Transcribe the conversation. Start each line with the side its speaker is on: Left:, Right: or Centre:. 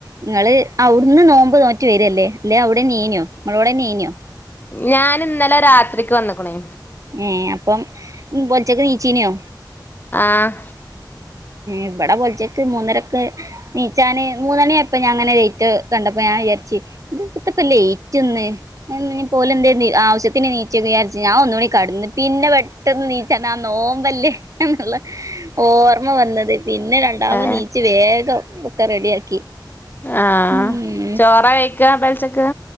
Right: നിങ്ങള് ഒന്ന് നോുമമ്പോ് നോറ്റി വരല്ലേ അല്ലെ അവിടെ നീനിയോ നമ്മളോവിടെ നീനിയോ
Left: ഞാന ഇന്നലെ രാത്രിക്ക് വന്നക്കണേ
Right: ഏ അപ്പം ഉ പോൊലച്ചൊക്കെ നീച്ചീനോ
Left: ആഹ
Right: ഇവിടെ പൊലിച്ചേക്ക് മൂന്നരൊക്കെ നീച്ചാന് മൂന്നണിയായപ്പ ഞാൻ അങ്ങനെറ്റ് കണ്ടപ്പോ ഞ ഞൻ വിചാരിച് ത് പ്പ ത്താ ന്ന് ലൈറ്റ് ന്ന് <unintelligible> പോലും എന്ത ആശ്യത്തിന് നിച്ചിന് വി ചാരിച് ഞാൻ ഒന്നൂടി കെടന്ന് പിന്നെ ഇവിടെ പെട്ടന്ന് നീചാണ്ട് ആ നോമ്പല്ലേ ന്നുള്ള ഓർ ഉർമ്മ വന്നത് പിന്നെ രണ്ടാമത്
Left: ഏഹ്
Right: നീച്ച വേഗം ഒക്കെ റെഡിയാക്കി
Left: ആ
Right: ഉം
Left: ചോറ കഴിക്കാ പേൽച്ചക്ക്